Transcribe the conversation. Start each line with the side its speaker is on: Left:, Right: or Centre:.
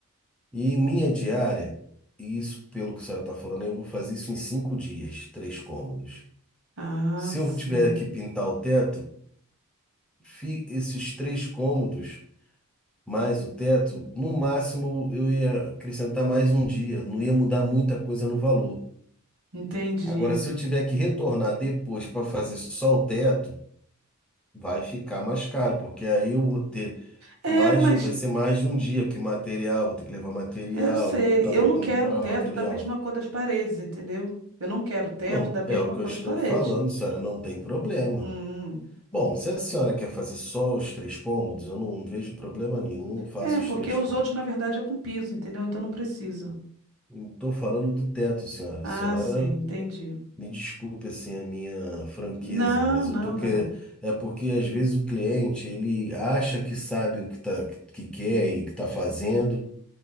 Centre: E minha diária, e isso pelo que a senhora está falando, eu vou fazer isso em cinco dias, três cômodos.
Right: Ah,
Centre: Se
Right: sim,
Centre: eu tiver que pintar o teto, fi- esses três cômodos mais o teto, no máximo eu ia acrescentar mais um dia, não ia mudar muita coisa no valor.
Right: entendi.
Centre: Agora, se eu tiver que retornar depois para fazer só o teto, vai ficar mais caro, porque aí eu vou ter
Right: É,
Centre: Mais
Right: mas
Centre: de um, vai ser mais de um dia, porque material, vou ter que levar material,
Right: eu sei,
Centre: voltar
Right: eu
Centre: para
Right: não
Centre: comprar
Right: quero o teto
Centre: material.
Right: da mesma cor das paredes, entendeu? Eu não quero o teto
Centre: Não,
Right: da mesma
Centre: é o que
Right: cor
Centre: eu estou
Right: das paredes.
Centre: falando, senhora, não tem problema.
Right: Hum. hum.
Centre: Bom, se a senhora quer fazer só os três cômodos, eu não vejo problema nenhum, eu faço
Right: É, porque
Centre: os três
Right: os
Centre: cômodos.
Right: outros, na verdade, é com piso, entendeu? Então não precisa.
Centre: Estou falando do teto, senhora.
Right: Ah,
Centre: Senhora,
Right: sim, entendi.
Centre: me desculpe assim a minha franqueza,
Right: Não,
Centre: mas eu
Right: não,
Centre: tô que
Right: não.
Centre: é porque às vezes o cliente ele acha que sabe o que tá que quer e que está fazendo